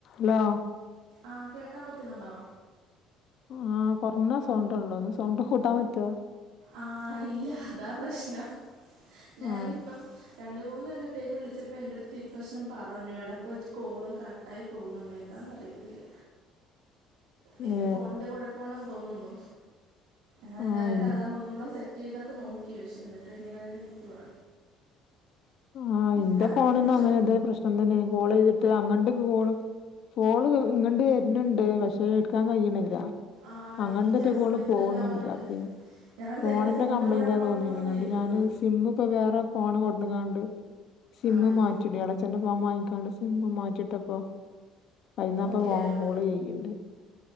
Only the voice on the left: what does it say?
Law
ആഹ് കൊറഞ്ഞ സൗണ്ട് ഉള്ളോ ഒന്ന് സൗണ്ട് കൂട്ടാൻ പറ്റുവോ
ആ
ഏ
ആ
ഇൻ-
ആഹ് എന്റെ
ഫോണന്ന്
അങ്ങനെ ഇതേ പ്രശ്നം തന്നെ കോൾ ചെയ്തിട്ട് അങ്ങട്ട കോളും ഫോള് ഇങ്ങണ്ട് വര്രുന്ണ്ട് പക്ഷെ എടുക്കാൻ ക യ്യിണില്ല
പണ്ടറ്റെ
കോള്
പോക്ണില്ല
പിന്നെ
ഫോണിന്റെ
കംപ്ലയിന്റ
തോന്നിണ്ട്
ങ്ങട്ട്
ഞാന് സിം ഇപ്പോ വേറെ ഫോണ് കൊണ്ട് കാണ്ട് സിമ്
മാറ്റിട <unintelligible> അച്ഛന്റെ ഫോൺ വാങ്ങിക്കാണ്ട് സിമ്മ് മാറ്റിട്ടപ്പോ ഐന്നപ്പ
കോള് ചെയ്യ്ണ്ട്